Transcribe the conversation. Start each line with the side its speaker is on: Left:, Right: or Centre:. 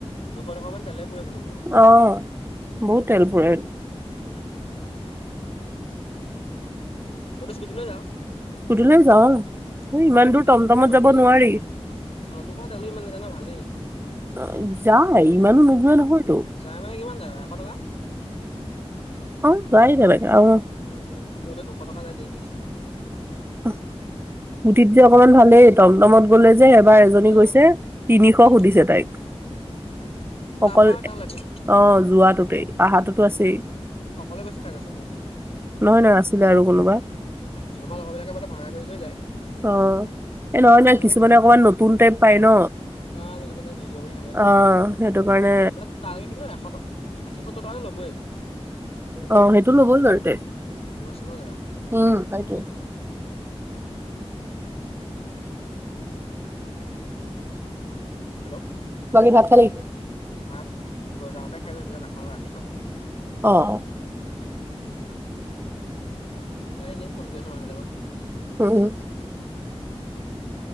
Left: দুশ টকামান তেলে পুৰে বোলো মো।
Right: অ বহুত তেল পুৰে
Left: উম। তই তিটো স্কুটি লৈ যাৱ।
Right: স্কুটি লৈ যাওঁ সেই
Left: তোৰখনো
Right: ইমান দূৰ
Left: তেল
Right: টমটমত
Left: নোপুৰে ভালেই
Right: যাব নোৱাৰি।
Left: অ তোৰখনো তেলো ইমান নাযায় ন ভালেই
Right: অ যায় ইমানো নোযোৱা নহয়টো।
Left: যায় মানে কিমান যায়? এশ টকা।
Right: অ যায় তেনেকে আও
Left: উম মোৰ যে দুশ টকা যায় ডেইলি
Right: অহ। স্কুটিত যে অকমান ভালেই টমটমত গ'লে যে এবাৰ এজনী
Left: অ
Right: গৈছে তিনিশ
Left: উম
Right: সুধিছে তাইক।
Left: তাৰপা
Right: অকল
Left: তালৈকে
Right: অ যোৱাটোতেই অহাটোতো আছেই।
Left: অকলে গৈছে কাৰণে চাগৈ।
Right: নহয় নহয় আছিলে আৰু কোনোবা
Left: আচ্ছা আমাৰ লগৰবিলাকে মানে ভাড়া কৰি কৰি যায়।
Right: অ এ নহয় নহয়
Left: তেনেকে
Right: কিছুমানে অকমান নতুন টাইপ পায় ন।
Left: অ কিছুমানে দি দিব বুলি ভাবে
Right: অ সেইটো কাৰণে
Left: বাট তালেকে কিন্তু এশ টকা ষাঠি, সত্তৰ টকাটো ল'বই।
Right: অ সেইটো ল'বই বাৰু তে
Left: উম দূৰ আছে ন জেগাটো
Right: উম সেইটোৱে
Left: হেল্ল'
Right: বাকী ভাত খালি।
Left: ভাত গজাওঁতে খাই গৈছিলো এতিয়া নাখাওঁ ৰাতি খাম আকৌ।
Right: অহ
Left: তাই এনেই ফোন কৰি আছে মানুহবিলাকক
Right: উম।